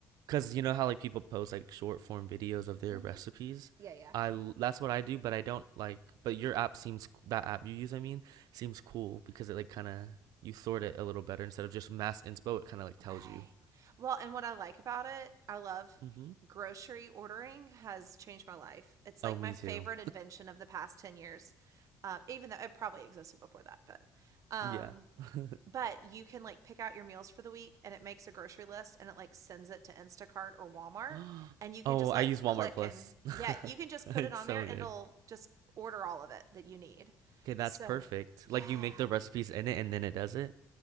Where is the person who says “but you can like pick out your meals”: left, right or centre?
Right